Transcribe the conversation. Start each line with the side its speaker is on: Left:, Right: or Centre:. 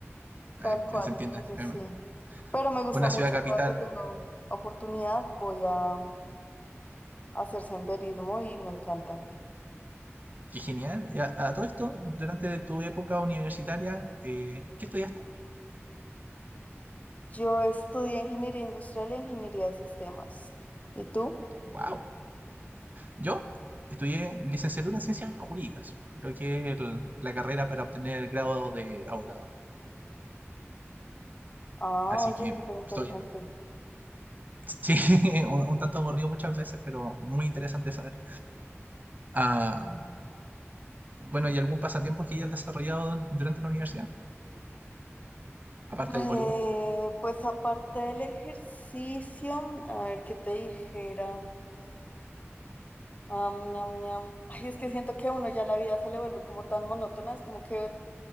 Right: Eh,
Left: tal cual,
Right: se entiende,
Left: entonces
Right: es
Left: sí.
Right: un-
Left: Pero me gusta
Right: una
Left: mucho,
Right: ciudad capital
Left: cada que tengo oportunidad voy a hacer senderismo y me encanta.
Right: Qué genial. Y A, a todo esto, durante tu época universitaria, eh, ¿qué estudiaste?
Left: Yo estudié ingeniería industrial e ingeniería de sistemas. ¿Y tú?
Right: Wow. Yo estudié licenciatura en ciencias jurídicas, lo que es el- la carrera para obtener el grado de abogado.
Left: Ah,
Right: Así
Left: oye,
Right: que
Left: súper interesante.
Right: estoy, sí, <laughs> un, un tanto aburrido muchas veces, pero muy interesante saber. Ah, bueno, ¿y algún pasatiempo que hayas desarrollado dur- durante la universidad? Aparte
Left: Eh,
Right: del voleibol.
Left: pues aparte del ejercicio, a ver qué te dijera. Am, ñam, ñam. Ay, es que siento que a uno ya la vida se le vuelve como tan monótona, es como que